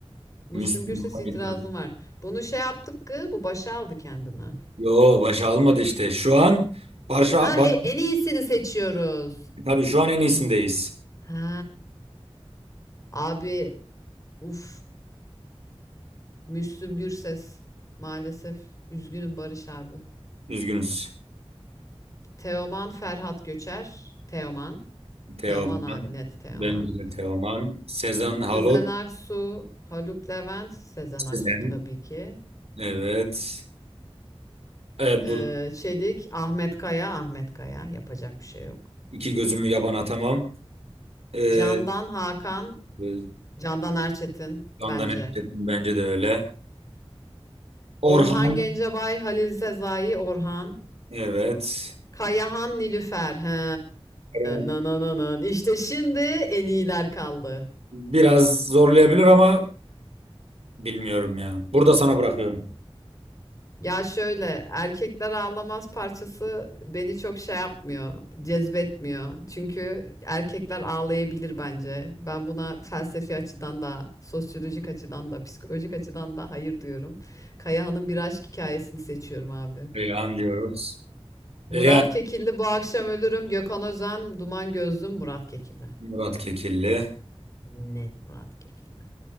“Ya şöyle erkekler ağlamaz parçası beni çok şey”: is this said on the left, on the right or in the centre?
Left